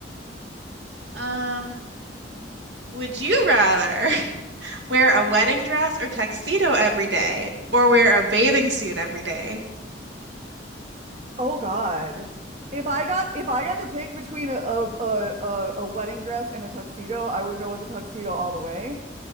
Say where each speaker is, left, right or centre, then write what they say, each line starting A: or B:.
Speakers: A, on the right (about 70°); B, on the right (about 40°).
A: Um, would you rather? Wear a wedding dress or tuxedo every day, or wear a bathing suit every day.
B: oh God. If I got if I got to pick between a a a, a- wedding dress and a tuxedo, I would go with a tuxedo all the way.